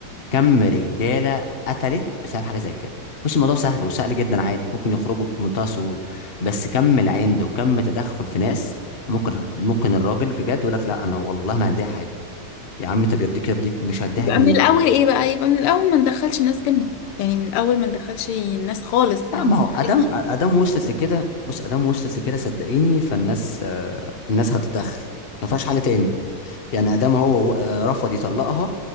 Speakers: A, on the left (about 35°); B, on the left (about 85°).
A: كم رجاله قتلت بسبب حاجه زي كده بص الموضوع سهل وسهل جدا عادي ممكن يخرجوا بمنتهى السهوله بس كم العند وكم تدخل في ناس ممكن ممكن الراجل بجد يقول لك لا انا والله ما هديها حاجه يا عم طب يرضيك يرضيك مش هديها
B: يبقى
A: جنيه
B: من الاول ايه بقى يبقى من الاول ما ندخلش الناس بينا يعني من الاول ما ندخلش الناس خالص
A: لا
B: ما
A: ما
B: ندخلش
A: هو ادم ادم وصلت لكده بص ادم وصلت لكده صدقيني فالناس آه، الناس هتتدخل ما فيهاش حل تاني يعني ادم هو آه، رفض يطلقها